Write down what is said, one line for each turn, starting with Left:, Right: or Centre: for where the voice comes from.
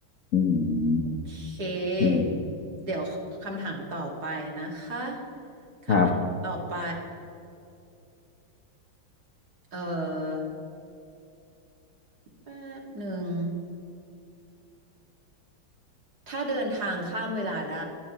Left: อืม
Right: เค
Left: อืม
Right: เดี๋ยวคำถามต่อไปนะคะ คำถามต่อไป
Left: ครับ
Right: เออแป๊บหนึ่ง ถ้าเดินทางข้ามเวลาได้